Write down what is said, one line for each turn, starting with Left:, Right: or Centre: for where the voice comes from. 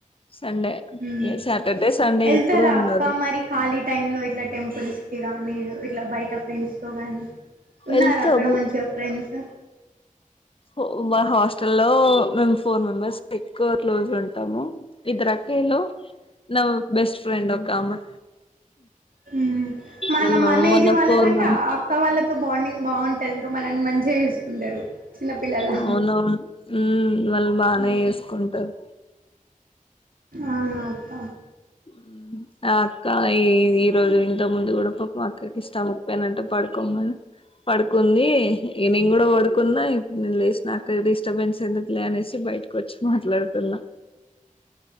Left: సండే
Right: హ్మ్
Left: సాటర్డే సండే
Right: వెళ్తారా
Left: ఇప్పుడు ఉండదు
Right: అక్క మరి ఖాళీ టైం లో ఇట్లా టెంపుల్స్ కి రా నీ ఇట్లా బయట ఫ్రెండ్స్ తో గాని ఉన్నారా
Left: వెళ్తాము
Right: అక్కడ మంచిగా ఫ్రెండ్స్
Left: ఓ మా హాస్టలో మేము ఫోర్ మెంబర్స్ ఎక్కువ క్లోజ్ ఉంటాము ఇద్దరు అక గ్రీలో నా బెస్ట్ ఫ్రెండ్ ఒక ఆమె
Right: హ్ మన
Left: మేము
Right: మన
Left: మొన్న
Right: ఏజ్ వాళ్ళకంటే
Left: ఫోర్ మంత్స్
Right: అక్క వాళ్ళకు తో బాండింగ్ బాగుంటంది ఇంకా మనల్ని మంచి చేసుకుంటారు చిన్నపిల్లలా
Left: అవునవును ఉమ్ వాళ్ళు బానే
Right: ఉ
Left: చేసుకుంటారు
Right: అవునా అక్క
Left: మ్మ్ ఆ అక్క ఈ ఈరోజు ఇంత ముందు కూడా పాపం అక్కకి స్టమక్ పెయిన్ అంట పడుకోమని పడుకుంది ఈగ నేను కూడా పడుకున్నా నేను లేసినా అక్క డిస్టర్బెన్స్ ఎందుకులే అనేసి బయటకు వచ్చి మాట్లాడుతున్నా